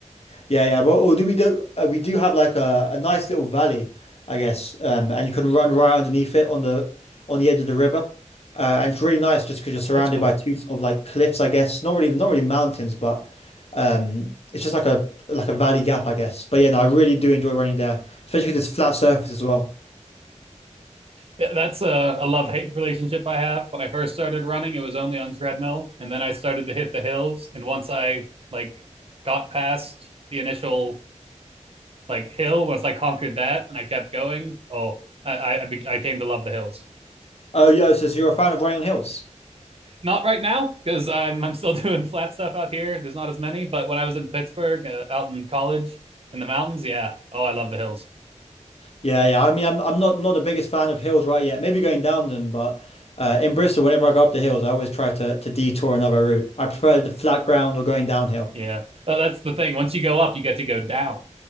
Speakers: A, on the left; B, on the right.
A: Yeah, yeah. Well, or do we do uh, we do have like a, a nice little valley, I guess, um, and you can run right underneath it on the on the edge of the river, uh, and it's really nice just because you're surrounded
B: That's cool.
A: by two sort of like cliffs, I guess. Not really, not really mountains, but um, it's just like a like a valley gap, I guess. But yeah, no, I really do enjoy running there, especially because it's flat surface as well.
B: Yeah, that's a, a love hate relationship I have. When I first started running, it was only on treadmill, and then I started to hit the hills. And once I like got past the initial like hill once I conquered that and I kept going. Oh, I I, I came to love the hills.
A: Oh, yo, So, so you're a fan of running on hills?
B: Not right now because I'm I'm still <laughs> doing flat stuff out here. There's not as many, but when I was in Pittsburgh, uh, out in college in the mountains, yeah. Oh, I love the hills.
A: Yeah, yeah. I mean, I'm I'm not not the biggest fan of hills right yet. Maybe going down them, but uh, in Bristol, whenever I go up the hills, I always try to to detour another route. I prefer the flat ground or going downhill.
B: Yeah, Uh, that's the thing. Once you go up, you get to go down,